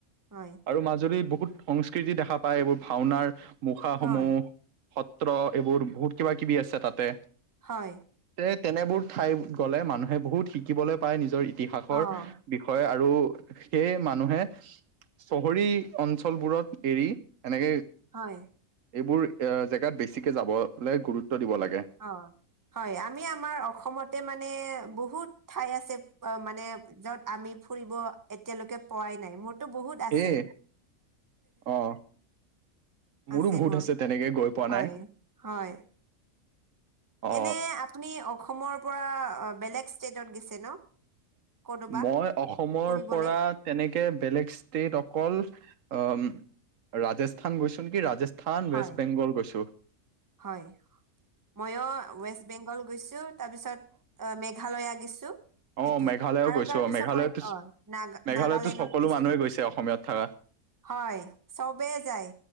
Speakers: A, on the right (about 15°); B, on the right (about 75°).
A: হয়
B: আৰু মাজুলীত বহুত সংস্কৃতি দেখা পায়, এইবোৰ ভাওনাৰ মুখাসমূহ,
A: হয়
B: সত্ৰ, এইবোৰ বহুত কিবা-কিবি আছে তাতে।
A: হয়।
B: তে তেনেবোৰ ঠাইত গ'লে, মানুহে বহুত শিকিবলে পায়, নিজৰ ইতিহাসৰ
A: অ
B: বিষয়ে আৰু সেয়ে মানুহে চহৰী অঞ্চলবোৰত এৰি এনেকে
A: হয়।
B: এইবোৰ এ জেগাত বেছিকে যাব লে গুৰুত্ব দিব লাগে।
A: অ', হয়। আমি আমাৰ অসমতে মানে বহুত ঠাই আছে মানে য'ত আমি ফুৰিব এতিয়ালৈকে পোৱাই নাই, মোৰ টো বহুত
B: সেয়ে
A: আছে।
B: অ মোৰো
A: আছে
B: বহুত
A: মোৰ,
B: তেনেকে গৈ পোৱা
A: হয়,
B: নাই
A: হয়।
B: অ
A: এনে আপুনি অখমৰ পৰা বেলেগ ষ্টেটত গেছে ন? ক'তোবা
B: মই অসমৰ
A: ফুৰিবলে
B: পৰা তেনেকে বেলেগ ষ্টেট অকল অ' ৰাজস্থান গৈছোঁ নেকি, ৰাজচ থান,
A: হয়
B: ৱেষ্ট বেংগল গৈছোঁ।
A: হয়, ম‌ইও ৱেষ্ট বেংগল গৈছোঁ, তাৰপিছত অ', মেঘালয়া গেছোঁ। সেইটো
B: অ মেঘালয়ও
A: আৰু
B: গৈছো
A: তাৰ
B: অ
A: পিছত
B: মেঘালয়তো
A: মই অ নাগা
B: মেঘালয়তো
A: নাগালেণত
B: সকলো
A: গৈছোঁ।
B: মানুহে গৈছে অসমীয়াত থকা
A: হয় চবেই যায়,